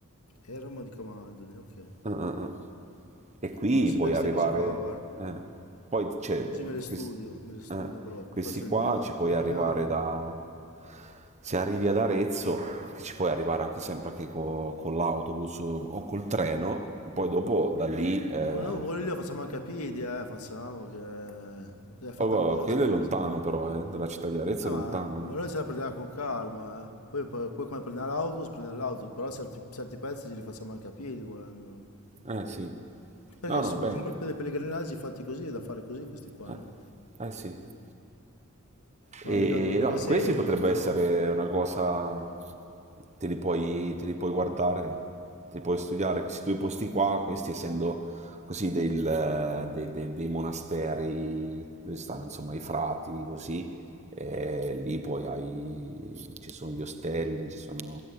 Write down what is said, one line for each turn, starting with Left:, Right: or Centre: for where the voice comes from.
Left: Eremo di Camaldoli, ok.
Right: Ah, ah, ah. E qui
Left: Voglio sapere
Right: puoi
Left: queste
Right: arrivare,
Left: cose qua, guarda.
Right: eh, poi c'è,
Left: Così me le studio,
Right: quest-
Left: me le studio
Right: eh,
Left: proprio.
Right: questi
Left: Faccio
Right: qua
Left: il mio,
Right: ci
Left: il
Right: puoi
Left: mio
Right: arrivare
Left: piano.
Right: da, se arrivi ad Arezzo, che ci puoi arrivare anche sempre anche co- con l'autobus o col treno, poi dopo da lì, eh,
Left: Dopo noi pure lì lo facciamo anche a piedi, eh, facciamo che l'hai fatta
Right: oh, wow,
Left: apposta.
Right: quello è
Left: per-
Right: lontano però, eh, dalla città di Arezzo
Left: Eh,
Right: è
Left: ma,
Right: lontano,
Left: ma noi ce la prendiamo con calma, eh. Poi, poi- poi quando prendiamo l'autobus, prendiamo l'autobus, però certi, certi pezzi ce li facciamo anche a piedi volendo.
Right: eh, Eh, sì,
Left: Perché
Right: no no,
Left: sono
Right: bello,
Left: sono proprio dei pellegrinaggi fatti così, da fare così questi qua,
Right: eh,
Left: no?
Right: eh sì.
Left: Ma
Right: E
Left: mica, due, mica
Right: no,
Left: sempre,
Right: questi potrebbe
Left: due o tre giorni.
Right: essere una cosa, te li puoi, te li puoi guardare, te li puoi studiare, questi due posti qua, questi essendo così del- dei, dei- dei monasteri dove stanno insomma i frati, così, e lì poi hai, ci sono gli ostelli, ci sono